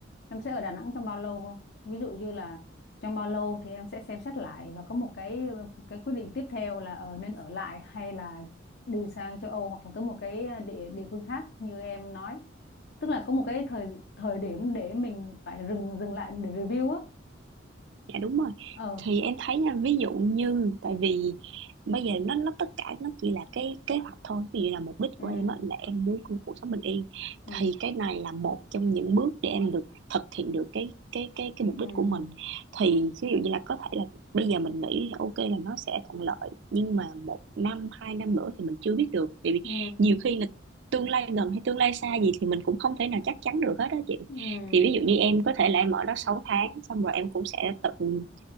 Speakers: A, on the left (about 60°); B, on the right (about 65°).
A: em sẽ ở Đà Nẵng trong bao lâu không? Ví dụ như là trong bao lâu thì em sẽ xem xét lại và có một cái cái quyết định tiếp theo là ở nên ở lại hay là đi sang châu Âu hoặc là tới một cái địa địa phương khác như em nói. Tức là có một cái thời thời điểm để mình phải dừng dừng lại để review á.
B: dạ đúng rồi
A: Ờ.
B: thì em thấy nha ví dụ như tại vì bây giờ nó nó tất cả nó chỉ là cái kế hoạch thôi ví dụ là mục đích
A: Ừ.
B: của em á, là em muốn có một cuộc sống bình yên
A: Ừ.
B: thì cái này là một trong những bước để em được thực hiện được cái cái cái cái mục
A: Ừ.
B: đích của mình thì ví dụ như là có thể là bây giờ mình nghĩ là ok là nó sẽ thuận lợi nhưng mà một năm hai năm nữa thì mình chưa biết được vì
A: Ừ.
B: nhiều khi là tương lai gần hay tương lai xa gì thì mình cũng không thể nào chắc chắn được hết đó chị
A: Ừ.
B: thì ví dụ như em có thể là em ở đó sáu tháng xong rồi em cũng sẽ tự